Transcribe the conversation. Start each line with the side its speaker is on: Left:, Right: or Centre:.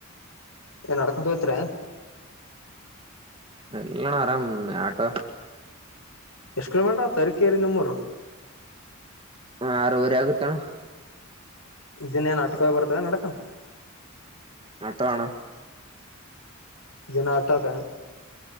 Left: ಏನ್ ನಡ್ಕೊಂತ ಹೋತೀರಾ?
Right: ಇಲ್ಲಣ ಆರಾಮ್ ಆಟೋ
Left: ಎಷ್ಟು ಕಿಲೋಮೀಟ್ರ ತರೀಕೇರಿ ನಿಮ್ಮೂರು?
Right: ಹ ಆರೂವರೆ ಆಗುತ್ತಣ್ಣ.
Left: ದಿನ್ ಏನ್ ಆಟಕವ ಬರ್ತೀರ ನಡ್ಕಂತ್
Right: ಆಟೋ ಅಣ.
Left: ದಿನ ಆಟೋಗ